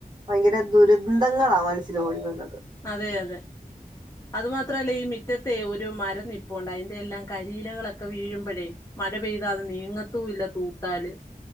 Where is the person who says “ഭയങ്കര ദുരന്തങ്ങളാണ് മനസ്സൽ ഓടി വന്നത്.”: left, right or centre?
Right